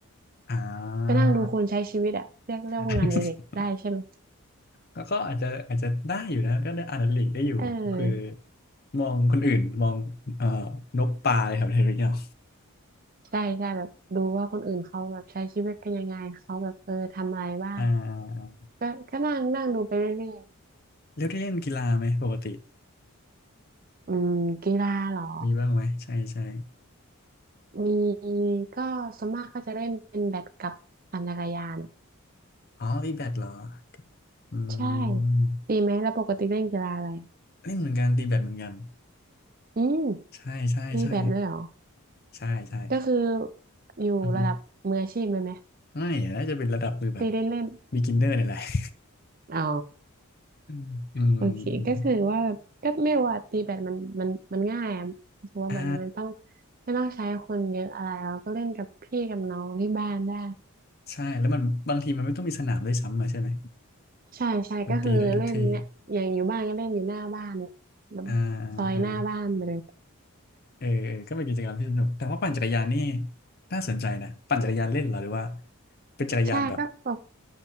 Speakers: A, on the left; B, on the right.
A: อ่า
B: ไปนั่งดูคนใช้ชีวิตอะเรียกเรียกว่างานอดิเรกได้ใช่ไหม
A: <laughs> ก็ก็อาจจะอาจจะได้อยู่นะก็ได้อ่านอดิเรกได้อยู่ก็คือ
B: เออ
A: มองคนอื่นมองเอ่อนกปลาอะไรแบบนี้หรือเปล่า
B: ใช่ใช่แบบดูว่าคนอื่นเขาแบบใช้ชีวิตกันยังไงเขาแบบเออทำอะไรบ้าง
A: อ่า
B: ก็ก็นั่งนั่งดูไปเรื่อยๆ
A: แล้วได้เล่นกีฬาไหมปกติ
B: อืมกีฬาเหรอ
A: มีบ้างไหมใช่ใช่
B: มีก็ส่วนมากก็จะเล่นเป็นแบดกับปั่นจักรยาน
A: อ๋อตีแบดเหรออื
B: ใช่
A: ม
B: ตีไหมแล้วปกติเล่นกีฬาอะไร
A: เล่นเหมือนกันตีแบดเหมือนกัน
B: อืม
A: ใช่ใช่ใช่
B: ตีแบดเลยเหรอ
A: ใช่ใช่
B: ก็คืออยู่ระดับมืออาชีพเลยไหม
A: อือฮึไม่อะน่าจะเป็นระดับมือแบบ
B: ตีเล่นเล่น
A: b e กินเนอร์นี่ยแหละ <laughs>
B: อ๋อ
A: อืมอืมอืมอืม
B: โอเคก็คือว่าแบบก็ไม่ว่าตีแบดมันมันมันง่ายอะเพราะว่าแบบมันต้อง
A: อ่า
B: ไม่ต้องใช้คนเยอะอะไรเราก็เล่นกับพี่กับน้องที่บ้านได้
A: ใช่แล้วมันบางทีมันไม่ต้องมีสนามด้วยซ้ำอะใช่ไหม
B: ใช่ใช่ก็คือเล่นเนี่ยอย่างอยู่บ้านก็เล่นอยู่หน้าบ้านเนี่ยแบบซอยหน้าบ้านไปเลย
A: มันตีได้ทุกทีอ่าอ่าอ่าเออเออก็เป็นกิจกรรมที่สนุกแต่ว่าปั่นจักรยานนี่น่าสนใจนะปั่นจักรยานเล่นเหรอหรือว่าเป็นจักรยานแบบ
B: ใช่ก็แบบ